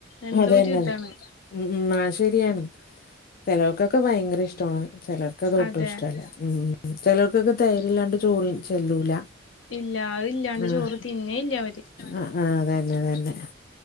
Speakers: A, on the left; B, on the left.
A: എന്തോ
B: അതന്നെ
A: ഒരു ഇതാണ്
B: ഉം ഉം ആ ശരിയാണ് ചിലർക്കൊക്കെ ഭയങ്കര ഇഷ്ടമാണ് ചിലർക്കതൊ
A: അതെ
B: ഉം ഉം ചെലർക്കൊക്കെ തൈര്ല്ലാണ്ട് ചോറ് ചെല്ലൂല
A: ഇല്ല അത് ഇല്ലാണ്ട്
B: ആഹ്
A: ചോറ് തിന്നേ ഇല്ല അവര്
B: അ ആ അതന്നെ അതന്നെ